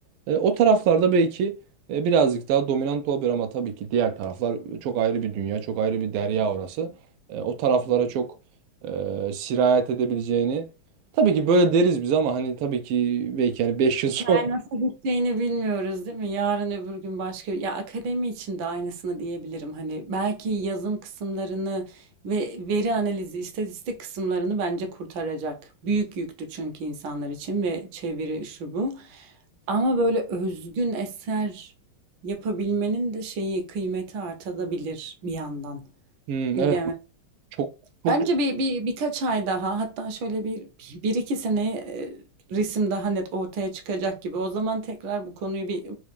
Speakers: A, on the right; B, on the right.
A: E, o taraflarda belki e, birazcık daha dominant olabilir ama tabii ki diğer taraflar çok ayrı bir dünya, çok ayrı bir derya orası. E, o taraflara çok e, sirayet edebileceğini Tabii ki böyle deriz biz ama hani tabii ki belki hani 5 yıl
B: Hikaye
A: sonra.
B: nasıl biteceğini bilmiyoruz değil mi? Yarın öbür gün başka... Ya akademi için de aynısını diyebilirim. Hani belki yazım kısımlarını ve veri analizi, istatistik kısımlarını bence kurtaracak. Büyük yüktü çünkü insanlar için ve çeviri şu bu. Ama böyle özgün eser yapabilmenin de şeyi kıymeti artabilir bir yandan.
A: Hmm,
B: Bilemedim.
A: evet çok çok
B: Bence bir, bir birkaç ay daha hatta şöyle bir, bir iki seneye e, resim daha net ortaya çıkacak gibi. O zaman tekrar bu konuyu bir